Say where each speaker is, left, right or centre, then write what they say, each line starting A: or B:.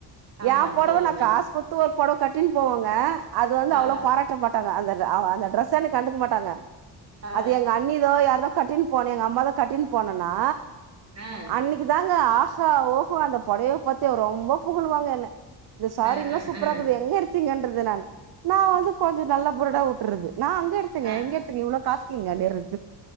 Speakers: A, on the right; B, on the right.
A: ஆ
B: ஏ பொடவ
A: சரிங்க
B: நா காசு த்து ஒரு பொடவ கட்டினு போவங்க அது வந்து
A: ஆ
B: அவ்ளோ பாராட்டமாட் ட்டாங்க அந்த ர அவு அந்த டிரஸ்ஸ அன்னக் கண்டுக்க மாட்டாங்க
A: ஆ
B: அது எங்க அண்ணிதோ யாரோதோ கட்டினு போன எங்க அம்மா இத கட்டின்னு போனேன்னா
A: ஆ ஆ
B: அன்னிக் குதாங்க ஆஹா ஓஹோ அந்த பொடவைய பத்தி ரொம்ப புகழ்வாங்க என்ன இந்த சாரி
A: ஆ
B: இன்னு
A: ஆ
B: சூப்
A: ஆ
B: எங்க எடுத்தீங்கன்றது நானு நா வந்து கொஞ்சோ நல்ல பொருடா விட்டுறது நா அங்க எடுத்தங்க
A: ஆ ஆ
B: இங்க எடுத் தங்க இவ்ளோ காஷ்லிங்க அப்டிறது